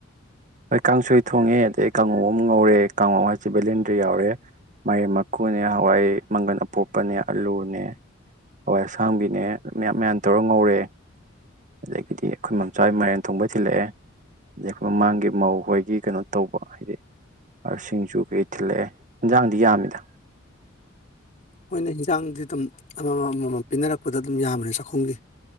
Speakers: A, on the right; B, on the left.
A: ꯍꯣꯏ ꯀꯥꯡꯁꯣꯏ ꯊꯣꯡꯉꯦ ꯑꯗꯩ ꯀꯥꯡꯉꯧ ꯑꯃ ꯉꯧꯔꯦ ꯀꯥꯡꯉꯧ ꯍꯥꯏꯦ ꯕꯦꯂꯦꯟꯗ꯭ꯔ ꯌꯥꯎꯔꯦ ꯃꯦꯝ ꯃꯀꯨꯅꯦ ꯍꯋꯥꯏ ꯃꯪꯒꯟ ꯑꯄꯣꯛꯄꯅꯦ ꯑꯂꯨꯅꯦ ꯍꯣꯏ ꯑꯁꯥꯡꯕꯤꯅꯦ ꯃꯌꯥꯝ ꯃꯌꯥꯝ ꯇꯧꯔ ꯉꯧꯔꯦ ꯑꯗꯒꯤꯗꯤ ꯑꯩꯈꯣꯏ ꯃꯆꯥꯒꯤ ꯃꯥꯏꯔꯦꯟ ꯊꯣꯡꯕ ꯊꯤꯜꯂꯛꯑꯦ ꯑꯗꯒꯤ ꯑꯩꯈꯣꯏ ꯃꯃꯥꯡꯒꯤ ꯃꯧ ꯍꯣꯏꯒꯤ ꯀꯩꯅꯣ ꯇꯧꯕ ꯍꯥꯏꯗꯤ ꯁꯤꯡꯁꯨ ꯀꯩ ꯊꯤꯜꯂꯛꯑꯦ ꯏꯟꯖꯥꯡꯗꯤ ꯌꯥꯝꯃꯤꯗ
B: ꯑꯩꯈꯣꯏꯅ ꯏꯟꯖꯥꯡꯗꯤ ꯑꯗꯨꯝ ꯑꯃꯃꯝ ꯑꯃꯃꯝ ꯄꯤꯅꯔꯛꯄꯗ ꯑꯗꯨꯝ ꯌꯥꯝꯕꯅꯦ ꯆꯥꯛꯈꯨꯝꯒꯤ